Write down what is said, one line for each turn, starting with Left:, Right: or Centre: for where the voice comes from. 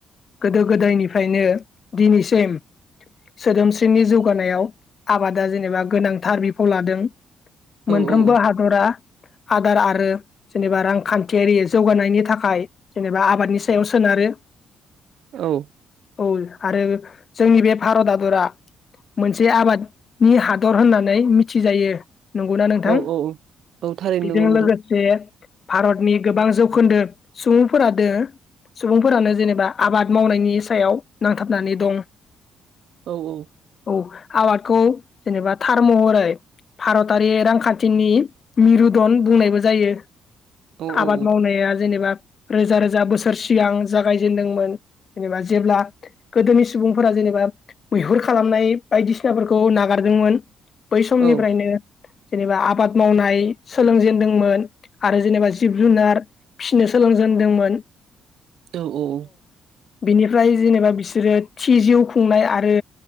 Left: गोदो गोदायनिफ्रायनो दिनैसिम सोदोमस्रिनि जौगानायाव आबादा जेनेबा गोनांथार बिफाव लादों
Right: औ
Left: मोनफ्रोमबो
Right: औ
Left: हादरा आदार आरो जेनेबा रांखान्थियारि जौगानायनि थाखाय जेनेबा आबादनि सायाव सोनारो
Right: औ
Left: औ आरो जोंनि बे भारत हादरा मोनसे आबादनि हादर होननानै मिथिजायो नंगौना नोंथां
Right: औ औ औ औ थारैनो
Left: बेजों
Right: नंगौ नोंथां
Left: लोगोसे भारतनि गोबां जौखोन्दो सुबुंफोर दो सुबुंफोरानो जेनेबा आबाद मावनायनि सायाव नांथाबनानै दं
Right: औ औ
Left: औ आबादखौ जेनेबा थार महरै भारतारि रांखान्थिनि मिरु दन बुंनायबो जायो
Right: औ औ
Left: आबाद मावनाया जेनेबा रोजा रोजा बोसोर सिगां जागायजेनदोंमोन जेनेबा जेब्ला गोदोनि सुबुंफोरा जेनेबा मैहुर खालामनाय बायदिसिनाफोरखौ नागारदोंमोन बै समनिफ्रायनो
Right: औ
Left: जेनेबा आबाद मावनाय सोलोंजेनदोंमोन आरो जेनेबा जिब जुनार फिसिनो सोलोंजेन दोंमोन
Right: औ औ
Left: बिनिफ्राय जेनेबा बिसोरो थि जिउ खुंनाय आरो